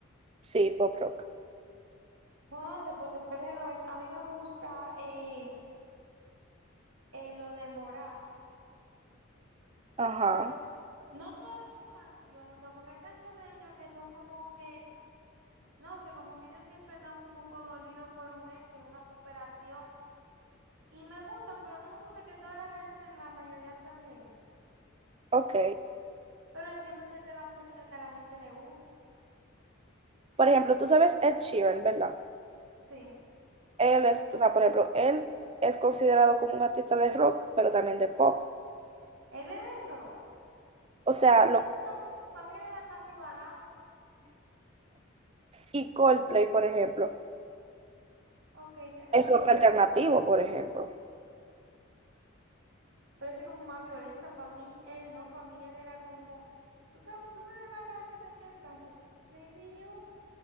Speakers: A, on the right; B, on the right.
A: Sí, pop rock.
B: No, no sé, porque por ejemplo, a mí a mí me gusta eh, eh, lo de Morat,
A: Ajá,
B: pero no todas sus canciones, o sea, porque hay canciones de ellos que son como que, no sé, como que ellos siempre están un poco dolidos por un ex en una superación. Y me gustan, pero no me gusta que todas las canciones, la mayoría sean de eso.
A: ok.
B: Pero entiendo que esa es la música que a la gente le gusta.
A: Por ejemplo, tú sabes Ed Sheeran, ¿verdad?
B: Sí.
A: Él es, o sea, por ejemplo, él es considerado como un artista de rock, pero también de pop.
B: Él es de rock.
A: O sea,
B: Para
A: lo,
B: mí era, la mu- pa' mí era casi balada.
A: y Coldplay, por ejemplo,
B: Ok, esa
A: es
B: me
A: rock
B: gusta.
A: alternativo, por ejemplo.
B: parece como más violenta. Para mí, él no, para mí él era como, tú te, tú te das las canciones que él canta, Maybe You,